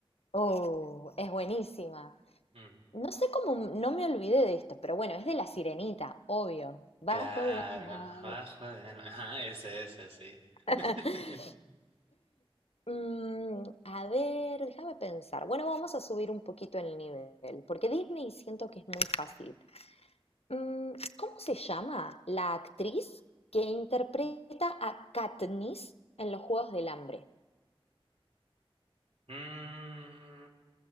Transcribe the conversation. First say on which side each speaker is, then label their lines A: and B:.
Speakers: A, on the left; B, on the right.
A: Oh, es buenísima.
B: Mm,
A: No sé cómo no me olvidé de esto, pero bueno, es de la sirenita, obvio. Bajo
B: claro,
A: del mar.
B: bajo el mar. Ajá, esa, esa, sí.
A: <laughs>
B: <laughs>
A: Mm, a ver, déjame pensar. Bueno, vamos a subir un poquito el nivel, porque Disney siento que es muy fácil. Mm, ¿cómo se llama la actriz que interpreta a Katniss en Los Juegos del Hambre?
B: Mm,